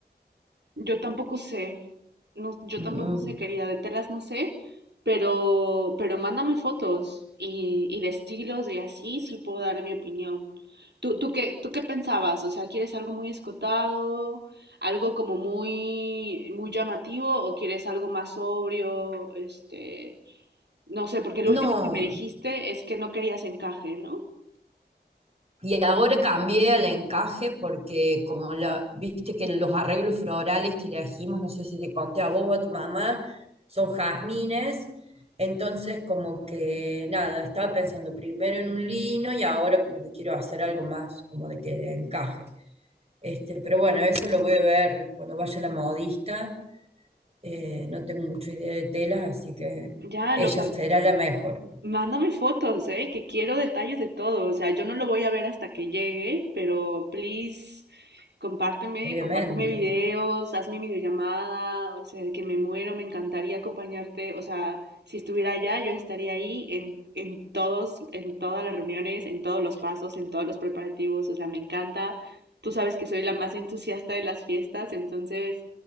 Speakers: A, on the right (about 80°); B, on the right (about 35°).
A: Yo tampoco sé, no, yo
B: Mm.
A: tampoco sé, querida, de telas no sé, pero, pero mándame fotos y, y de estilos y así sí puedo dar mi opinión. ¿Tú, tú qué, tú qué pensabas? O sea, ¿quieres algo muy escotado, algo como muy, muy llamativo o quieres algo más sobrio? Este, no sé, porque lo
B: No.
A: último que me dijiste es que no querías encaje, ¿no?
B: Y ahora cambié al encaje porque como la, viste que los arreglos florales que le dijimos no sé si te conté a vos o a tu mamá, son jazmines. Entonces como que nada, estaba pensando primero en un lino y ahora como que quiero hacer algo más como de que de encaje. Este, pero bueno, eso lo voy a ver cuando vaya la modista. Eh, no tengo mucha idea de telas, así que
A: Ya
B: ella
A: lo, cam-
B: será la mejor,
A: Mándame fotos, ¿eh? Que quiero detalles de todo. O sea, yo no lo voy a ver hasta que llegue, pero please, compárteme,
B: obviamente.
A: compárteme videos, hazme videollamada, o sea, que me muero, me encantaría acompañarte. O sea, si estuviera allá, yo estaría ahí en, en todos, en todas las reuniones, en todos los pasos, en todos los preparativos. O sea, me encanta. Tú sabes que soy la más entusiasta de las fiestas, entonces,